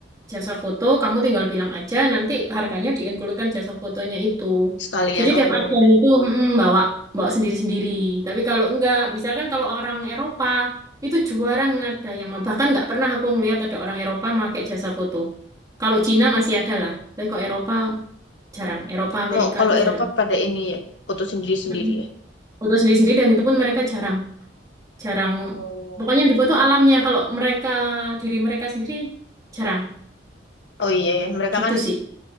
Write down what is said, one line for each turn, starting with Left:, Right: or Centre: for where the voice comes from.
Right: jasa foto, kamu tinggal bilang aja, nanti harganya diinkludkan jasa fotonya itu.
Left: Sekalian
Right: Jadi
Left: oh,
Right: tiap agen itu mm, bawa bawa sendiri-sendiri. Tapi kalau enggak, misalkan kalau orang Eropa itu jarang ada yang mau. Bahkan nggak pernah aku ngelihat ada orang Eropa pakai jasa foto. Kalau Cina masih ada lah, tapi kok Eropa jarang. Eropa, Amerika
Left: oh kalau
Right: itu
Left: Eropa
Right: jarang.
Left: pada ini ya foto sendiri-sendiri
Right: Mm-mm.
Left: ya.
Right: Foto sendiri-sendiri dan itu pun mereka jarang. Jarang.
Left: Oh,
Right: Pokoknya di foto alamnya kalau mereka diri mereka sendiri jarang.
Left: oh iya ya. Mereka
Right: Gitu
Left: kan
Right: sih.